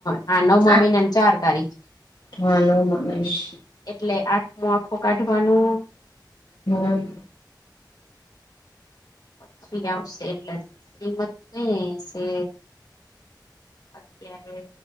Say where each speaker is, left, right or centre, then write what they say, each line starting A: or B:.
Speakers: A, on the left (about 55°); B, on the left (about 80°).
A: હા, નવમા
B: આઠ
A: મહિનની ચાર તારીખે.
B: હા, નવમાં મહિનાની.
A: એટલે આઠમો આખો કાઢવાનું
B: હમ.
A: પછી આવશે એટલે કીમત નઈ હસે. અત્યારે